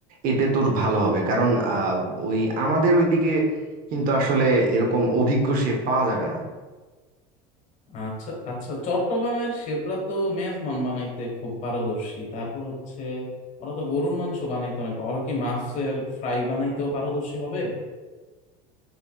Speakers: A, on the right (about 55°); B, on the left (about 50°).
A: এতে তোর ভালো হবে কারণ আহ, ওই আমাদের ওইদিকে কিন্তু আসলে এরকম অভিজ্ঞ শেফ পাওয়া যাবে না
B: আচ্ছা আচ্ছা চট্টগ্রামের শেপরা তো মেজবান বানাইতে খুব পারদর্শী তারপর হচ্ছে ওরা তো গরুর মাংস বানাইতে অনেক পা- ওরা কি মাছের ফ্রাই বানাইতেও পারদর্শী হবে